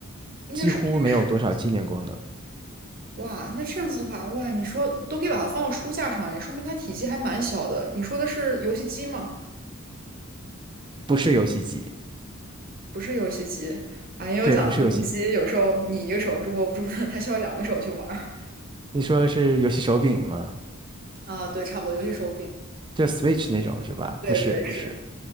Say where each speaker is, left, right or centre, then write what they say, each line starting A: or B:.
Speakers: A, on the right; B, on the right.
A: 应该是偏实用型。
B: 几乎没有多少纪念功能。
A: 哇，那这样子的话，哇，你说都可以把它放到书架上，哎，说明它体积还蛮小的。你说的是游戏机吗？
B: 不是游戏机，
A: 不是游戏机啊，因为我想到游戏机有时候你一个手是握不住的，
B: 对，不是游戏机。
A: 它需要两个手去玩儿。
B: 你说是游戏手柄吗？
A: 啊，对，差不多，游戏手柄。
B: 就 Switch 那种是吧？
A: 对对是，
B: 不是，不是。